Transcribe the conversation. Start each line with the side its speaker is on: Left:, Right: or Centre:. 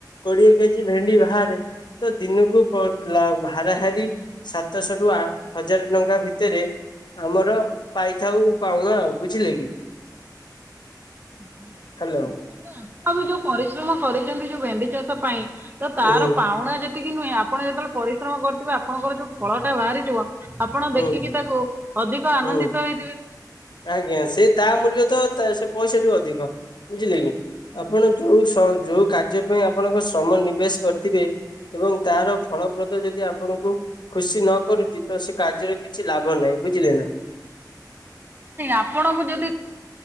Left: କୋଡିଏ କେଜି ଭେଣ୍ଡି ବାହାରେ। ତ ଦିନକୁ ପଣ୍ଟ? ତ ହାରାହାରି ସାତଶହ ରୁ ଆ ହଜାର ଟଙ୍କା ଭିତରେ? ଆମର ପାଇଥାଉ ପାଉଣା ଆଉ ବୁଝିଲେ କି?
Right: ହଁ ହ <unintelligible>
Left: ହ୍ୟାଲୋ
Right: ତାପରେ ଆପଣ ବି ଯୋଉ ପରିଶ୍ରମ କରିଛନ୍ତି ଯୋଉ ଭେଣ୍ଡି ଚାଷ ପାଇଁ ତ ତାର
Left: ହୁଁ
Right: ପାଉଣା ଯେ? ସେତିକି କି ନୁହେଁ ଆପଣ ଯେତେବେଳେ ପରିଶ୍ରମ କରିଥିବେ ଆପଣଙ୍କର ଯୋଉ ଫଳ ଟା ବାହାରିଯିବ ଆପଣ
Left: ହୁଁ
Right: ଦେଖିକି ତାକୁ? ଅଧିକ ଆନନ୍ଦିତ
Left: ହୁଁ।
Right: ହେଇଥିବେ।
Left: ଆଜ୍ଞା ସେ ତା ମୂଲ୍ୟ ତ ତା ସେ ପଇସା ଠୁ ଅଧିକ। ବୁଝିଲେ କି? ଆପଣ ଯୋଉ ସୁ ତ ଯୋଉ କାର୍ଯ୍ୟ ପାଇଁ ଆପଣଙ୍କ ଶମ ନିବେଶ କରିଥିବେ ଏବଂ ତାର ଫଳପ୍ରଦ ଯଦି ଆପଣଙ୍କୁ ଖୁସି ନ କରୁଚି ତ ସେ କାର୍ଯ୍ୟରେ କିଛି ଲାଭ ନାହିଁ, ବୁଝିଲେ ନା।
Right: ନାଇଁ ଆପଣଙ୍କୁ ଯଦି